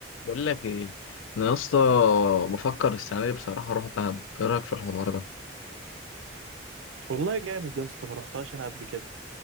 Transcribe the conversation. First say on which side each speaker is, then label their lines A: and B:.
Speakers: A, on the left (about 85°); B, on the right (about 85°).
A: بقول لك ايه انا يا اسطى بفكر السنه دي بصراحه اروح دهب ايه رايك في الحوار ده
B: والله جامد يا اسطى ما رحتهاش انا قبل كده